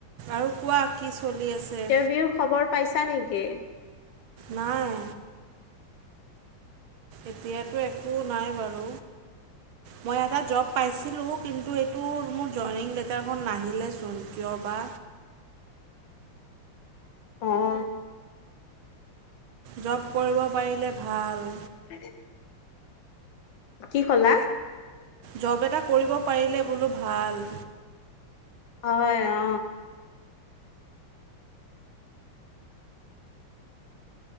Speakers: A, on the right (about 70°); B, on the left (about 65°).
A: আৰু কোৱা কি চলি আছে?
B: বিও খবৰ পাইছা নেকি?
A: নাই। এতিয়াতো একো নাই বাৰু। মই এটা জব পাইছিলোঁ কিন্তু এইটো মোৰ জইনিং লেটাৰখন নাহিলেচোন, কিয় বা?
B: অঁ।
A: জব কৰিব পাৰিলে ভাল।
B: <unintelligible> কি কলা?
A: জব এটা কৰিব পাৰিলে বোলো ভাল।
B: হয় অ।